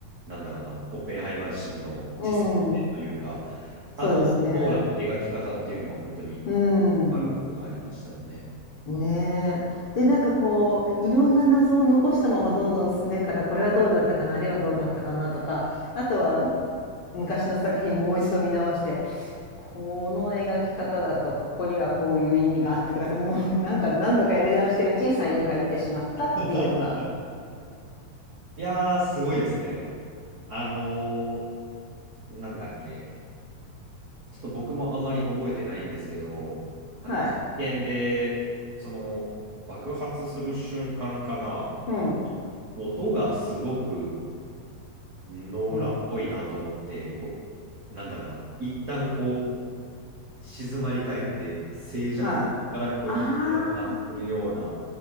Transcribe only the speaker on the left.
うん、そうですね。
うん。
ねえ。で、なんかこういろんな謎を残したままどんどん進んでいくからこれはどうだったかなあれはどうだったかなとかあとは昔の作品もう一度見直してこの描き方だとここにはこういう意味があってとかってもうなんか何度かやり直してるうちに3、4回見てしまったっていうのが
はい。
うん。
うん。
はい。ああ。